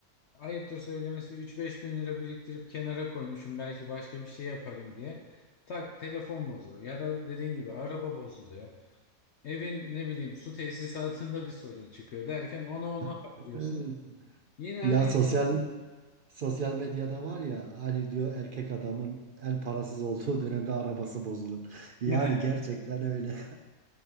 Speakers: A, on the left; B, on the right.
A: ayıptır söylemesi üç beş bin lira biriktirip kenara koymuşum belki başka bir şey yaparım diye. Tak telefon bozuluyor ya da dediğin gibi araba bozuluyor. Evin ne bileyim su tesisatında bir sorun çıkıyor derken ona ona
B: <laughs>
A: harcıyorsun. Yine
B: Ya
A: hani
B: sosyal sosyal medyada var ya hani diyor erkek adamın en parasız olduğu dönemde arabası bozulur. Yani
A: <laughs>
B: gerçekten öyle.